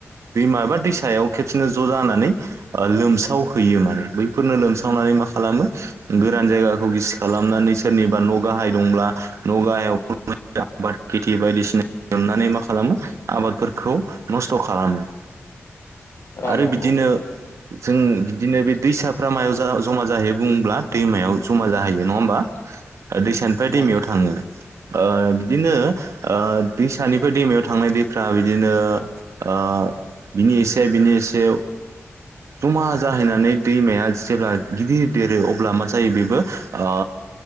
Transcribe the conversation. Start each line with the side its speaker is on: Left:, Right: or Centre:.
Right: दैमा एबा दैसायाव खेबसेनो ज' जानानै ओ लोमसावहैयो माने बैफोरनो लोमसावनानै मा खालामो गोरान जायगाखौ गिसि खालामनानै सोरनिबा न' गाहाय दंब्ला न' गाहायाव <unintelligible> <unintelligible> खेथि बायदिसिना लोमनानै मा खालामो आबादफोरखौ नस्थ' खालामो
Left: ओं
Right: आरो
Left: नंगौ
Right: बिदिनो जों बिदिनो बे दैसाफ्रा मायाव जा जमा जाहैयो बुंब्ला दैमायाव जमा जाहैयो नङा होमबा। ओ दैसानिफ्राय
Left: ओं
Right: दैमायाव
Left: नंगौ ओं
Right: थाङो। ओ बिदिनो ओ दैसानिफ्राय दैमायाव थांनाय दैफ्रा बिदिनो ओ बिनि एसे बिनि एसे जमा जाहैनानै दैमाया जेब्ला गिदिर देरो अब्ला मा जायो बेबो ओ